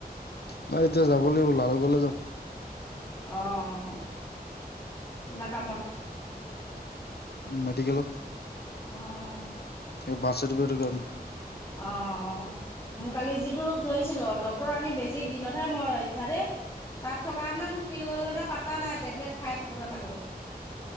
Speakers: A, on the left; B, on the left.
A: নাই এতিয়া যাব লাগিব লালোকলে যাম
B: অ' কিবা কামত?
A: মেডিকেলত
B: অ'
A: এই বাঠচাৰটিফিকেতৰ কাৰণে
B: অ' অ' মোৰ কালি যিটো ৰূপ ধৰিছিলো ডক্টৰ আনি বেজি দিলতহে মই ৰক্ষা দে তাত থকা <unintelligible> মোৰ কি হল হেতেনে পাত্তা নাই টেবলেট খাই থাকোতে থাকোতে